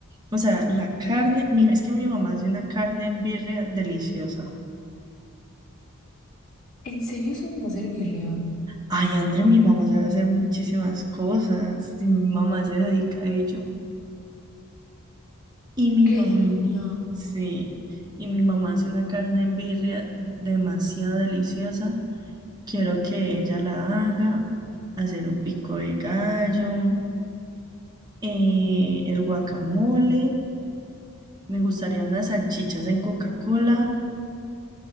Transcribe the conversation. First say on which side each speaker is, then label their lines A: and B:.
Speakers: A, on the right; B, on the left.
A: O sea, la carne, mi, es que mi mamá hace una carne en birria deliciosa.
B: ¿En serio saben hacer birria?
A: Ay, Andrea, mi mamá sabe hacer muchísimas cosas, y mi mamá se dedica a ello. Y mi
B: ¡Qué
A: mamá,
B: genial!
A: sí, y mi mamá hace una carne en birria demasiado deliciosa. Quiero que ella la haga, hacer un pico de gallo, eh, el guacamole, me gustaría unas salchichas en Coca-Cola